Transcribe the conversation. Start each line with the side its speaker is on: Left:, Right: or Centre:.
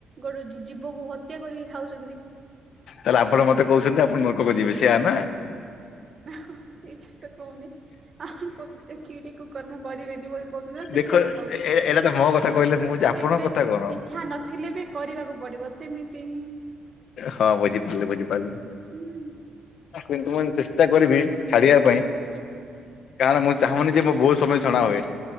Right: ଗୋଟେ ଜୀବକୁ ହତ୍ୟା କରିକି ଖାଉଛନ୍ତି।
Left: ତାହେଲେ ଆପଣ ମତେ କହୁଛନ୍ତି ଆପଣ ନର୍କକୁ ଯିବେ ସେଇଆ ନା?
Right: ନା ସେଇଟା ତ କହୁନି ଆପଣ କହୁଛନ୍ତି ଦେଖିକି ଟିକେ କୁକର୍ମ କରିବେନି ବୋଲି। କହୁ ନା ସେଥି
Left: ଦେଖ
Right: ପାଇଁ ମୁଁ କହୁଛି
Left: ଏ ଏଇଟା ତ ମୋ କଥା କହିଲେ ମୁଁ କହୁଛି
Right: ମାନେ
Left: ଆପଣଙ୍କ
Right: ଗୋଟେ
Left: କଥା କଣ
Right: ଇଛା ନଥିଲେ ବି କରିବାକୁ ପଡେ। ପିବ ସେମିତି ହିଁ
Left: ହଁ ବୁଝି ପାରିଲି ବୁଝି ପାରିଲି।
Right: ହୁଁ
Left: କିନ୍ତୁ ମୁଁ ଚେଷ୍ଟା କରିବି ଛାଡିବା ପାଇଁ। କାରଣ ମୁଁ ଚାହୁଁନି ଯେ ମୁଁ ବହୁତ ସମୟ ଛଣା ହୁଏ।